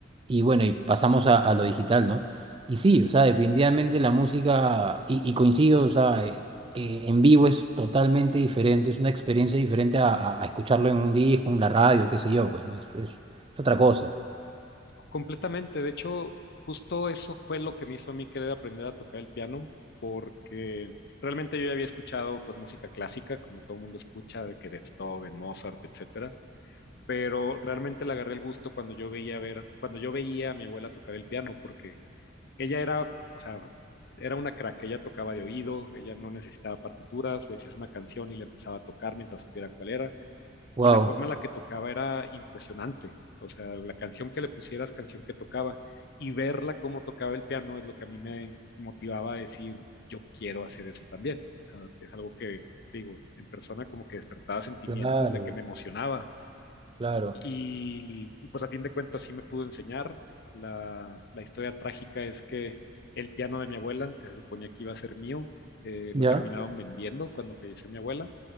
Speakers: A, on the right; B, on the left.
A: y bueno, y pasamos a, a lo digital, ¿no? Y sí, o sea, definitivamente la música, y, y coincido, o sea, eh, que en vivo es totalmente diferente, es una experiencia diferente a, a- a escucharlo en un disco, en la radio, qué sé yo, pues, ¿no? es es- es otra cosa.
B: Completamente. De hecho, justo eso fue lo que me hizo a mí querer aprender a tocar el piano, porque realmente yo ya había escuchado pues música clásica, como todo mundo escucha, de que Beethoven, Mozart, etcétera. Pero realmente le agarré el gusto cuando yo veía ver, cuando yo veía a mi abuela tocar el piano, porque ella era, o sea, era una crack, ella tocaba de oído, ella no necesitaba partituras, le decías una canción y la empezaba a tocar mientras supiera cuál era
A: Wow,
B: y la forma en la que tocaba era impresionante. O sea, la canción que le pusieras, canción que tocaba, y verla cómo tocaba el piano es lo que a mí me motivaba a decir, yo quiero hacer eso también. O sea, es algo que, te digo, en persona como que despertaba sentimientos
A: claro,
B: de que me emocionaba.
A: claro.
B: Y y, pues a fin de cuentas sí me pudo enseñar. La, la historia trágica es que el piano de mi abuela, que se suponía que iba a ser mío, eh,
A: ¿Ya?
B: lo terminaron vendiendo cuando falleció mi abuela,